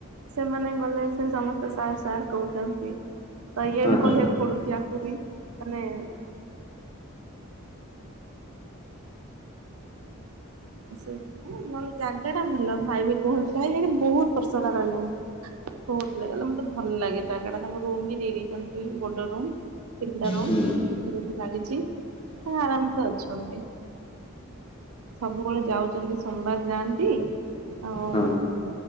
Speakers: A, on the right; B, on the left.
A: ସେମାନେ ଗଲେ ସେ ସମସ୍ତେ ସାର୍ ସାର୍ କହୁଛନ୍ତି। ତ ଇଏ
B: ହଁ
A: ବି
B: ହଁ
A: କହିବାକୁ ପଡୁଛି। ଆକୁ ବି। ମାନେ <inaudible> ସେଇ ନହେଲେ ଜାଗା ଟା ଭଲ ଭାଇ ବି କୁହନ୍ତି। ଭାଇ ବହୁତ ବର୍ଷ ହେଲାଣି ରହିଲେଣି। କହୁ ଲଲେ ମତେ ଭଲ ଲାଗେ ଜାଗା ଟା। ତାଙ୍କ ରୁମ ବି ଦେଇ ଦେଇଛନ୍ତି ବଡ ରୁମ୍। ତିନିଟା ରୁ
B: ହୁଁ
A: ଲାଗିଛି। ଆରାମ୍ ସେ ଅଛନ୍ତି। ସବୁବେଳେ ଯାଉଛନ୍ତି। ସୋମବାର ଯାଆନ୍ତି। ଆଉ
B: ହଁ।